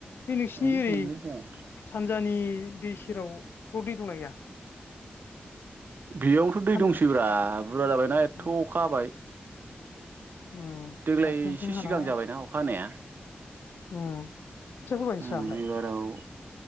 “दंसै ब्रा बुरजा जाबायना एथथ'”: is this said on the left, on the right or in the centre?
Right